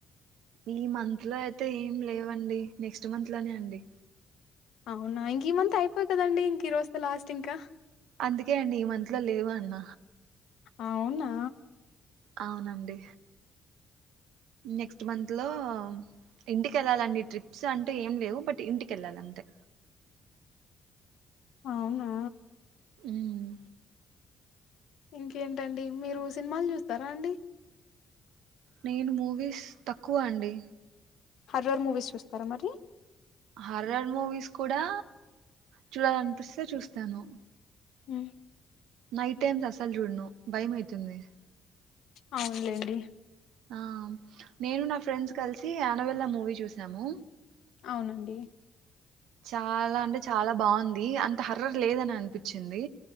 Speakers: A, on the right; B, on the left.
A: ఈ మంత్ లో అయితే ఏం లేవండి నెక్స్ట్ మంత్ లోనే అండి
B: అవునా ఇంక ఈ మంత్ అయిపోతదండీ ఇంక ఈరోజ్తో లాస్ట్ అండి ఇంకా
A: అందుకే అండి ఈ మంత్ లో లేవు అన్న
B: అవునా
A: అవునండి నెక్స్ట్ మంత్ లో ఇంటికి వెళ్ళాలండి. ట్రిప్స్ అంటూ ఏం లేవు బట్ ఇంటికి వెళ్ళాలి అంతే
B: అవునా
A: హ్మ్
B: ఇంకేంటండి మీరు సినిమాలు చూస్తారా అండి
A: నేను మూవీస్ తక్కువ అండి
B: హార్రర్ మూవీస్ చూస్తారా మరి
A: హర్రర్ మూవీస్ కూడా చూడాలనిపిస్తే చూస్తాను
B: హ్మ్
A: నైట్ టైమ్స్ అసల్ చూడ్ను భయం ఐవుతుంది
B: అవునులేండి
A: ఆ నేను నా ఫ్రెండ్స్ కలిసి యానవెల్ల మూవీ చూసాము
B: అవునండి
A: చాలా అంటే చాలా బాగుంది అంత హార్రర్ లేదనే అన్పించింది